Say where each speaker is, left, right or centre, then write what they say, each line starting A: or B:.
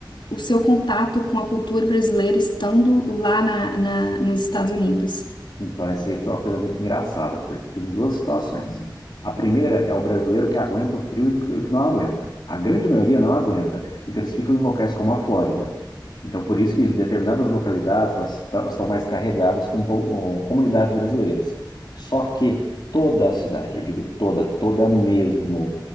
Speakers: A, on the left (about 80°); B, on the left (about 60°).
A: o seu contato com a cultura brasileira estando lá na, na- nos Estados Unidos?
B: Então, essa aí foi uma coisa muito engraçada, porque tem duas situações. A primeira é o brasileiro que aguenta o frio e do que do que não aguenta. A grande maioria não aguenta. Então, eles ficam em locais como a Flórida. Então, por isso que determinadas localidades elas tá- elas estão mais carregadas com, po- com comunidades brasileiras. Só que toda a cidade, eu digo toda, toda mesmo,